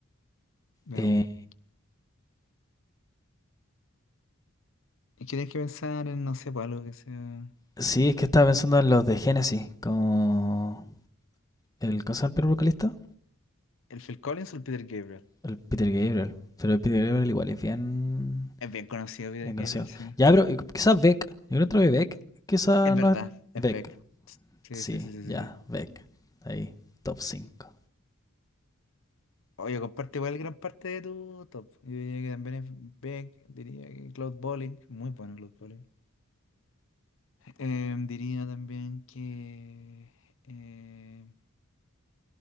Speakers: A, on the left; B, on the left.
A: Veamos.
B: Eh,
A: Y tienes que pensar en, no sé, pues algo que sea.
B: sí, es que estaba pensando en los de Genesis, con el ¿cómo se llama el primer vocalista?
A: ¿El Phil Collins o el Peter Gabriel?
B: El Peter Gabriel. Pero el Peter Gabriel igual es bien,
A: Es bien conocido Peter
B: bien conocido.
A: Gabriel, sí.
B: Ya, pero eh, quizás Beck. Yo creo que Beck, quizás
A: Es verdad,
B: no es
A: es
B: Beck.
A: Beck. Sí,
B: Sí,
A: sí, sí, sí,
B: ya,
A: sí. sí.
B: Beck. Ahí, top 5.
A: Oye, comparte igual gran parte de tu top. Yo diría que también es Beck, diría que Cloud Bowling, muy bueno Cloud Bowling. Em, diría también que, eh,